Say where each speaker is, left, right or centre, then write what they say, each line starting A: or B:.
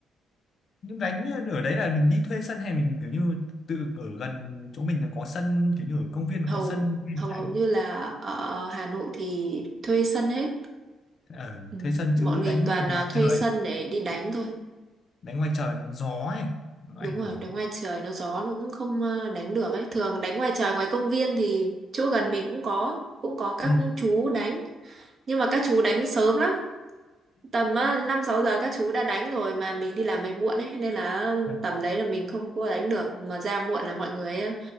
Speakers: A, on the left; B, on the right.
A: nhưng đánh ở đấy là mình đi thuê sân hay mình kiểu như tự ở gần chỗ mình là có sân kiểu như ở công viên là
B: hầu
A: có sân mình
B: hầu
A: đánh
B: hầu như là ở Hà Nội thì thuê sân hết.
A: ở
B: Ừ,
A: thuê sân
B: Bọn
A: chứ
B: mình
A: đánh
B: toàn
A: ngoài
B: là thuê
A: trời
B: sân để đi đánh thôi.
A: đấy ngoài trời nó gió ấy nó
B: Đúng
A: ảnh hưởng
B: rồi, đánh ngoài trời nó gió nó cũng không à, đánh được ấy. Thường đánh ngoài trời ngoài công viên thì chỗ gần mình cũng có cũng có các
A: ừ.
B: chú đánh, nhưng mà các chú đánh sớm lắm tầm á, 5-6 giờ các chú đã đánh rồi mà mình đi làm về muộn ấy nên là
A: à,
B: tầm đấy là mình không có đánh được mà ra muộn là mọi người ấy,